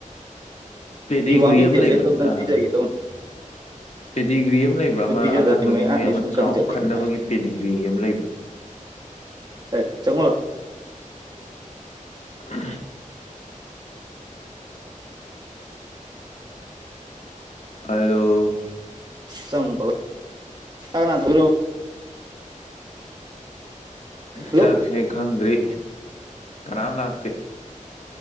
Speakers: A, on the left (about 55°); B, on the right (about 30°).
A: ꯄꯦꯗꯤꯒ꯭ꯔꯤ
B: ꯗꯤꯋꯥꯔꯃꯤꯡ
A: ꯑꯃ
B: ꯇꯦꯕ꯭ꯂꯦꯠꯇꯣ
A: ꯂꯩꯕꯗ ꯑ
B: <inaudible>
A: ꯄꯦꯗꯤꯒ꯭ꯔꯤ ꯑꯃ ꯂꯩꯕ꯭ꯔꯥ
B: ꯑꯗꯨ
A: ꯑꯃ
B: ꯄꯤꯖꯗ꯭ꯔꯗꯤ
A: ꯑꯍꯥꯟꯕꯒꯤ
B: ꯃꯌꯥꯡꯁꯦ
A: ꯃꯣꯏ ꯑꯃ
B: ꯁꯨꯝ ꯀꯪꯖꯜꯂꯛꯑꯦ
A: ꯆꯥꯎꯈꯠꯅꯕꯒꯤ
B: ꯃꯥ
A: ꯄꯦꯗꯤꯒ꯭ꯔꯤꯒꯤ ꯑꯃ ꯂꯩꯕ꯭ꯔꯥ
B: ꯍ ꯆꯪꯉꯡꯂꯣ
A: ꯎ ꯍꯂꯣ
B: ꯆꯪꯃꯨ ꯀꯅꯥ ꯊ ꯍꯜꯂꯣ
A: ꯆꯥꯛꯁꯦ ꯈꯪꯗ꯭ꯔꯤ ꯀꯅꯥꯝ ꯂꯥꯛꯇꯦ